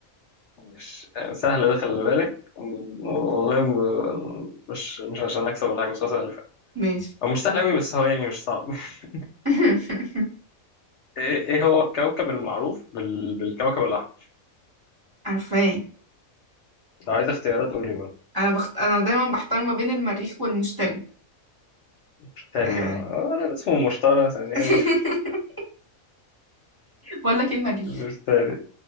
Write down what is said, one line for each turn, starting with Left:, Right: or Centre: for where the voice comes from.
Left: مش سهل ده خلي بالك والله م- مش مش عشان اكسب ولا حاجه بس هو سهل فعلا
Right: ماشي
Left: هو مش سهل قوي بس هو يعني مش صعب <laughs>
Right: <laughs>
Left: ايه إيه هو الكوكب المعروف بال... بالكوكب الاحمر
Right: عارفاه
Left: لو عايز اختيارات قول لي برضه
Right: أنا بخت... أنا دايما بحتار ما بين المريخ والمشتري
Left: مشتري
Right: آه.
Left: اه انا اسمه مشتري ثانيا
Right: <laughs> بقول لك إيه المريخ
Left: مشتري